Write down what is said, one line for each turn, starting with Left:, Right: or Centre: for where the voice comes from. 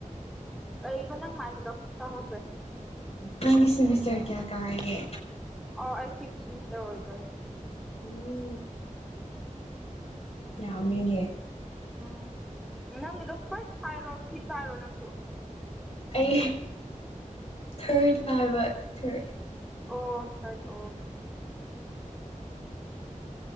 Centre: ꯀꯔꯤꯕ ꯅꯪ ꯍꯥꯏꯕꯗꯣ ꯇꯥꯍꯧꯗ꯭ꯔꯦ
Left: ꯅꯪꯒꯤ ꯁꯦꯃꯤꯁꯇꯔ ꯀꯌꯥ ꯀꯥꯔꯒꯦ
Centre: ꯑꯣ ꯑꯩ ꯐꯤꯐꯊ ꯁꯦꯃꯤꯁꯔ ꯑꯣꯏꯣꯏ
Left: ꯣ ꯌꯥꯝꯃꯤꯅꯦ
Centre: ꯎꯝ ꯅꯪꯒꯤꯗꯣ ꯐꯥꯔꯁ ꯍꯥꯏꯔꯣ ꯐꯤꯞ ꯍꯥꯏꯔꯣ ꯅꯪꯁꯨ
Left: ꯑꯩ ꯊꯣꯏ ꯍꯥꯏꯕ ꯊꯣꯏ
Centre: ꯑꯣ ꯊꯔꯗ ꯑꯣ